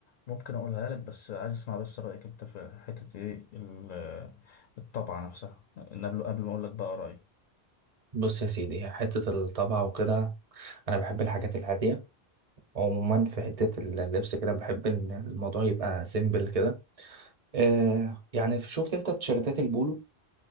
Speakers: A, on the left; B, on the right.
A: ممكن أقولها لك بس عايز أسمع بس رأيك أنت في حتة إيه ال- الطبعة نفسها قبل قبل ما أقول لك بقى رأيي
B: بص يا سيدي حته الطبعه وكده انا بحب الحاجات الهاديه عموما في حته اللبس كده بحب ان الموضوع يبقى سيمبل كده آه يعني شفت انت تيشيرتات البولو